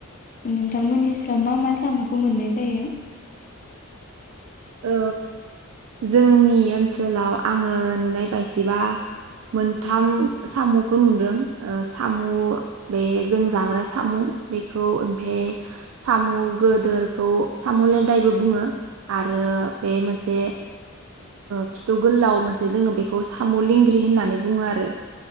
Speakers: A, on the left; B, on the right.
A: नोंथांमोननि ओनसोलाव मा मा सामुखौ मोननाय जायो?
B: ओ जोंनि ओनसोलाव आङो नुनाय बायसिबा मोनथाम सामुखौ नुदों सामु बे जों जाग्रा सामु बेखौ ओमफाय सामु गोदोरखौ सामु लेदायबो बुङो आरो। आरो बे मोनसे खिथु गोलाव मोनसे दोङो बेखौ साम' लेंग्रि होननानै बुङो आरो।